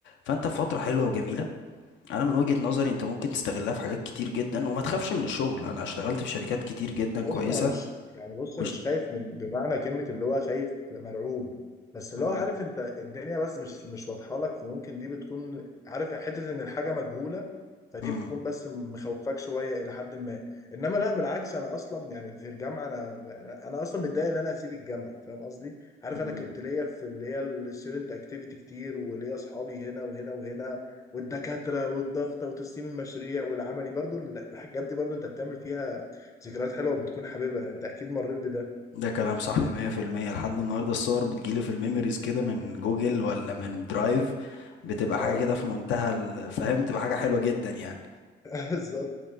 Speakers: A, on the left; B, on the left.
A: فأنت في فترة حلوة وجميلة أنا من وجهة نظري أنت ممكن تستغلها في حاجات كتير جدا وما تخافش من الشغل أنا اشتغلت في شركات كتير جدا
B: بص
A: كويسة
B: انا مش يعني بص
A: واشت...
B: مش خايف من بمعنى كلمه اللي هو خايف مرعوب بس
A: مم.
B: اللي هو عارف انت الدنيا بس مش مش واضحه لك فممكن دي بتكون عارف حته ان الحاجه مجهوله فدي
A: مم.
B: بتكون بس مخوفاك شويه الى حد ما انما لا بالعكس انا اصلا يعني في الجامعه انا انا اصلا متضايق ان انا هسيب الجامعه فاهم قصدي عارف
A: مم.
B: انا كنت ليا في اللي هي الستودنت اكتيفيتي كتير وليا اصحابي هنا وهنا وهنا والدكاتره والضغطه وتسليم المشاريع والعملي برضو الحاجات دي برضو انت بتعمل فيها ذكريات حلوه بتكون حاببها انت اكيد مريت بده
A: ده كلام صح 100% لحد النهارده الصور بتجيلي في الميموريز كده من جوجل ولا من درايف بتبقى
B: اه
A: حاجة كده في منتهى الفهم تبقى حاجة حلوة جدا يعني
B: <laughs> بالظبط